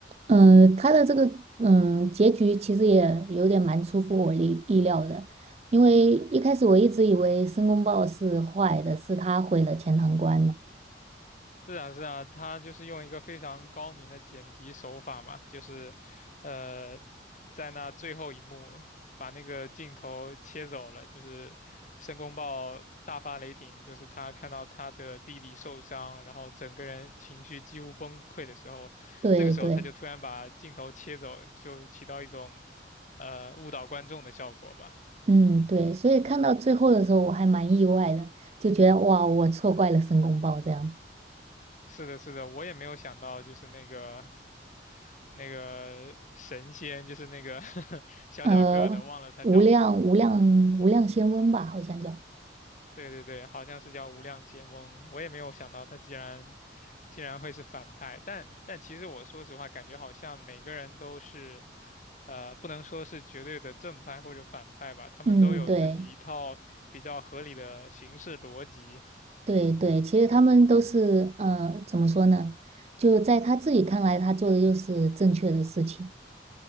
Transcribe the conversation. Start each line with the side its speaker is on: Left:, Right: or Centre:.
Right: 嗯、呃他的这个嗯、呃结局其实也有点蛮出乎我意意料的，因为一开始我一直以为申公豹是坏的，是他毁了钱塘关呢。
Left: 是啊，是啊，他就是用一个非常高明的剪辑手法嘛，就是，呃，在那最后一幕把那个镜头切走了，就是申公豹大发雷霆，就是他看到他的弟弟受伤，然后整个人情绪几乎崩溃的时候，
Right: 对对，
Left: 这个时候他就突然把镜头切走，就起到一种，呃，误导观众的效果吧。
Right: 嗯对，所以看到最后的时候，我还蛮意外的，就觉得哇，我错怪了申公豹这样子。
Left: 是的，是的，我也没有想到，就是那个。那个神仙，就是那个 <laughs> 小小个的，
Right: 呃，
Left: 忘了他叫什么。
Right: 无量无量无量仙翁吧，好像叫。
Left: 对对对，好像是叫无量仙翁。我也没有想到他竟然竟然会是反派，但但其实我说实话，感觉好像每个人都是呃，不能说是绝对的正派或者反派吧，他们都有自己一套比较合理的行事逻辑。
Right: 嗯，对。对对，其实他们都是呃，怎么说呢？就在他自己看来，他做的就是正确的事情。